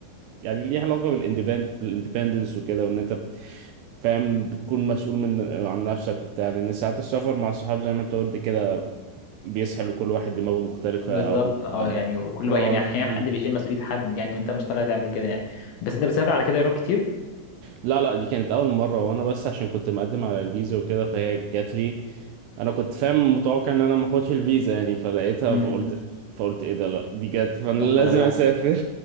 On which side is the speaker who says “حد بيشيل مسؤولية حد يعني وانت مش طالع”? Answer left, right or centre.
Left